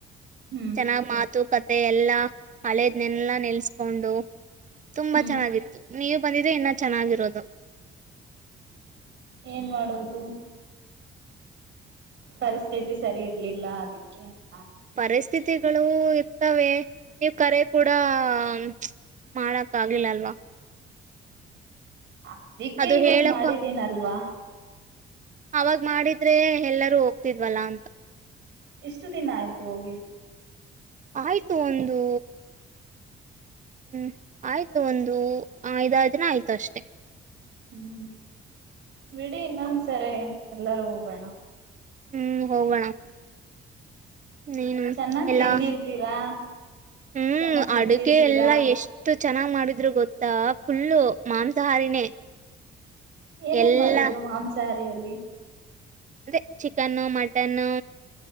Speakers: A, on the right; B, on the right.
A: ಹ್ಮ್
B: ಚೆನಾಗ್ ಮಾತು ಕತ್ <unintelligible> ತ್ತೆ ಎಲ್ಲಾ ಹಳೇದ್ನೆಲ್ಲಾ ನೆಲ್ಸ್ಕೊಂಡು ತುಂಬಾ
A: ಹ್ಮ್
B: ಚೆನ್ನಾಗಿತ್ತು ನೀವು ಬಂದಿದ್ರೆ ಇನ್ನ ಚೆನ್ನಾಗಿರೋದು
A: ಏನ್ ಮಾಡೋದು ಪರಿಸ್ಥಿತಿ ಸರಿ ಇರ್ಲಿಲ್ಲ ಅದಿಕ್ ಓಕೆ <unintelligible>
B: ಪರಿಸ್ಥಿತಿ ಗಳು ಇರ್ತವೆ ನೀವು್ ಕರೆ ಕೂಡ <unintelligible> ಮಾಡಕ್ ಆಗಿಲ್ಲಲ್ವಾ
A: ಅದಿಕ್ಕೆ
B: ಅದು
A: ಇವಾಗ
B: ಹೇಳಕ್ಕೂ
A: ಮಾಡಿದೀನಲ್ವಾ
B: ಅವಾಗ ಮಾಡಿದ್ರೆ ಎಲ್ಲರೂ ಹೋಗ್ತಿದ್ವಲ್ಲ ಅಂತ
A: ಇಷ್ಟು <unintelligible> ದಿನ ಆಯ್ತು ಹೋಗಿ
B: ಆಯ್ತು ಒಂದು ಹ್ಮ್ ಆಯ್ತು ಒಂದು ಐದಾರು ದಿನ ಆಯ್ತು ಅಷ್ಟೇ
A: ಹ್ಮ್ ಬಿಡಿ ಇನ್ನೊಂದ್ ಸರಿ ಎಲ್ಲಾರೂ ಹೋಗೋಣ
B: ಹ್ಮ್ ಹೋಗೋಣ ನೀನು
A: ಚೆನ್ನಾಗ್
B: ಎಲ್ಲಾ
A: ತಿಂದಿರ್ತೀರಾ
B: ಹ್ಮ್
A: ಚೆನ್ನಾಗ್ ಸುತ್ತಿರ್ತೀರಾ
B: ಅಡುಗೆ ಎಲ್ಲಾ ಎಷ್ಟು ಚೆನ್ನಾಗ್ ಮಾಡಿದ್ರು ಗೊತ್ತಾ ಫುಲ್ಲು ಮಾಂಸಾಹಾರಿನೇ
A: ಏನೇನ್
B: ಎಲ್ಲಾ
A: ಮಾಡಿದ್ರು ಮಾಂಸಹಾರಿ <unintelligible> ಲಿ <unintelligible>
B: ಅದೆ <unintelligible> ಚಿಕನ್ನು ಮಟನ್ನು